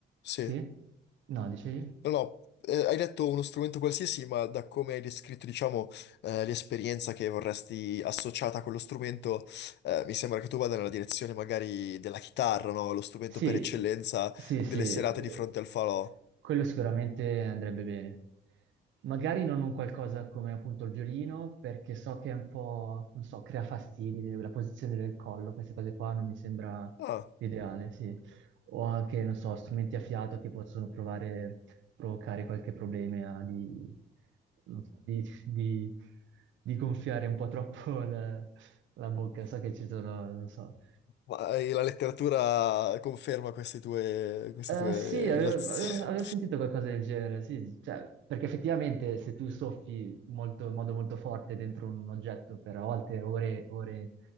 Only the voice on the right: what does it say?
Sì? No, dicevi?
Sì,
sì,
sì, eh,
quello sicuramente andrebbe bene. Magari non un qualcosa come appunto il violino, perché so che è un po', non so, crea fastidi, la posizione del collo, queste cose qua non mi sembra
l'ideale, sì. O anche, non so, strumenti a fiato che possono provare, provocare qualche problema di, non so, di, di- di gonfiare un po' troppo la, la bocca. So che ci sono, non so
eh,
sì, avevo,
avevo- avevo sentito qualcosa del genere, sì, cioè, perché effettivamente se tu soffi molto- in modo molto forte dentro un oggetto per a volte ore e ore